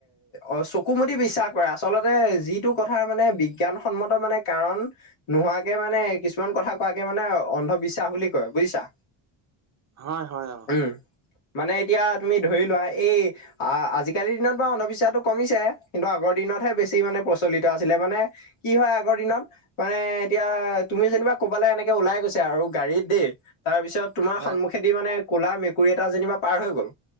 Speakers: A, on the left (about 85°); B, on the right (about 35°).
A: অ চকুমদি বিশ্বাস কৰা। আচলতে যিটো কথাৰ মানে বিজ্ঞানসন্মত মানে কাৰণ নোহোৱাকে মানে কিছুমান কথা কোৱাকে মানে অন্ধবিশ্বাস বুলি কয়, বুজিছা?
B: হয়, হয়, হয়।
A: উ মানে এতিয়া তুমি ধৰি লোৱা এই আ আজি-কালিৰ দিনত বাও অন্ধবিশ্বাসটো কমিছে। কিন্তু আগৰ দিনতহে বেছি মানে প্ৰচলিত আছিলে। মানে কি হয় আগৰ দিনত মানে এতিয়া তুমি যেনিবা কবালৈ এনেকে ওলাই গৈছা আৰু গাড়ীত দেই। তাৰপিছত তোমাৰ
B: হয়,
A: সন্মুখেদি মানে ক'লা মেকুৰী এটা যেনিবা পাৰ হৈ গ'ল।